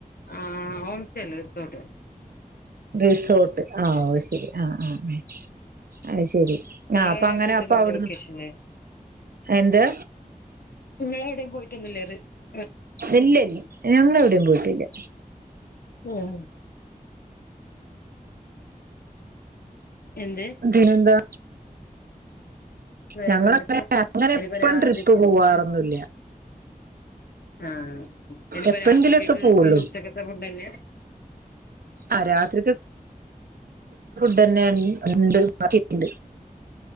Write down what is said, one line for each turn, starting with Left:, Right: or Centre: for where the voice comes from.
Left: ആഹ്‌ ഓ സ്റ്റല്ല റിസോർട്ട്
Right: റിസോർട്ട് ആ ഓ ശരി ആഹ്‌ ആഹ്‌ ആ അയ് ശരി
Left: നിങ്ങള്
Right: ആഹ്‌ അപ്പങ്ങനെ
Left: എവിടെയും പോയിട്ടൊന്നുമില്ലേ
Right: അപ്പ അവിടുന്ന്
Left: വെക്കേഷനില്
Right: എന്ത്
Left: നിങ്ങളെവിടേം പോയിട്ടൊന്നുല്ലേ റ്
Right: ഇല്ല്യല്ല ഞങ്ങളെവിടെയും പോയിട്ടില്ല
Left: ആഹ് എന്ത്
Right: പിന്നെന്താ
Left: വേറെന്തൊക്കെ
Right: ഞങ്ങളങ്ങനെ അങ്ങനെ
Left: ഇനിപ്പോ
Right: എപ്പഴും
Left: രാത്രിക്ക്
Right: ട്രിപ്പ് പോവാറൊന്നൂല്ല
Left: ആഹ്‌ ഇനീപ്പോ
Right: എപ്പോഴെങ്കിലുംക്കെ
Left: രാത്രിക്കെക്ക്
Right: പോവുള്ളൂ
Left: ഈ ഉച്ചക്കത്തെ ഫുഡ്‌ തന്നെയാ
Right: ആഹ് രാത്രിക്ക്. <inaudible> തന്നെ ഉണ്ട് അവിടെ ഇരിപ്പുണ്ട്.